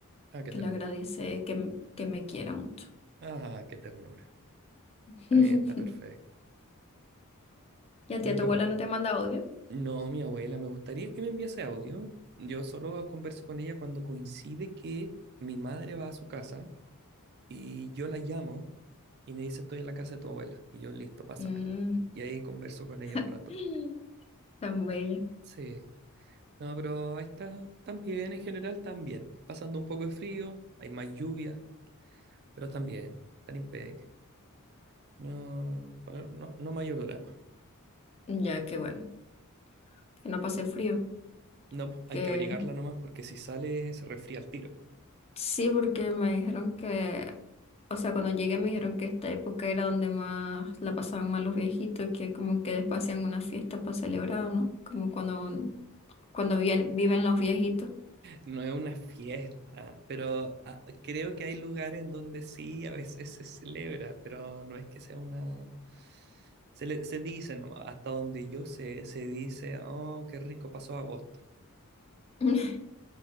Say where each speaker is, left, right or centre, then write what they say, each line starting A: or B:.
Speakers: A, on the right; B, on the left.
A: Ah, qué
B: que
A: ternura.
B: le agradece, que, m- que me quiera mucho.
A: Ah, qué ternura.
B: <laughs>
A: Está bien, está perfecto.
B: ¿Y a
A: Ya
B: ti, a tu
A: que
B: abuela
A: bueno.
B: no te manda odio?
A: No, mi abuela, me gustaría que me enviase audio. Yo solo converso con ella cuando coincide que mi madre va a su casa y yo la llamo y me dice estoy en la casa de tu abuela. Y yo, listo, pásamela.
B: Mm,
A: Y ahí converso con ella un rato.
B: <gasps> Tan bella.
A: Sí. No, pero ahí está. Tan bien, en general, tan bien. Pasando un poco de frío, hay más lluvia, pero están bien, están impeque. No, pero no, no mayor drama.
B: Ya que bueno, que no pasé frío.
A: No, pues, hay
B: Que
A: que abrigarla nomás porque si sale se resfría al tiro.
B: sí, porque me dijeron que, o sea, cuando llegué me dijeron que esta época era donde más la pasaban mal los viejitos, que como que después hacían una fiesta para celebrar, ¿no? Como cuando, cuando viven, viven los viejitos.
A: No es una fiesta, pero ah, creo que hay lugares en donde sí a veces se celebra, pero no es que sea una... Se, le- se dice nomás, hasta donde yo sé, se dice, oh, qué rico pasó agosto.
B: <laughs>